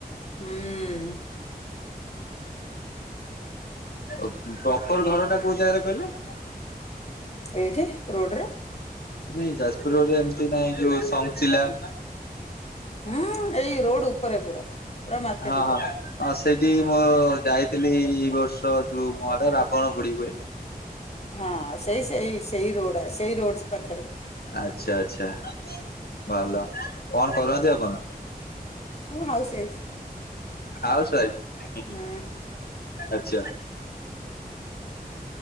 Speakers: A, on the left; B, on the left.
A: ହୁଁ ହୁଁ।
B: ଆଉ ପ୍ରପର୍ ଘରଟା କୋଉ ଜାଗାରେ କହିଲେ?
A: ଏଇଠି, ରୋଡରେ।
B: ନାଇଁ, ଯାଜପୁର ରୋଡ଼ରେ ଏମତି ନାଇଁ ଯୋଉ ସଙ୍ଗଚିଲା?
A: ହୁଁ, ଏଇ ରୋଡ ଉପରେ ପୁରା। ପୁରା ମାର୍କେଟ
B: ହଁ
A: ଉପରେ
B: ହଁ। ହଁ, ସେଇଠିକି ମୁଁ ଯାଇଥିଲି ଏଇ ବର୍ଷ ଯୋଉ କଣ ଏଟା ରାବଣ ପୋଡ଼ି ହୁଏ।
A: ହଁ। ସେଇ, ସେଇ, ସେଇ, ରୋଡ ସେଇ ରୋଡ୍ସ ପାଖରେ।
B: ଆଚ୍ଛା, ଆଚ୍ଛା, ଭଲ। କଣ କରନ୍ତି ଆପଣ?
A: ମୁଁ ହାଉସ ହେଇଛି।
B: House wife?
A: ହୁଁ
B: ଆଚ୍ଛା।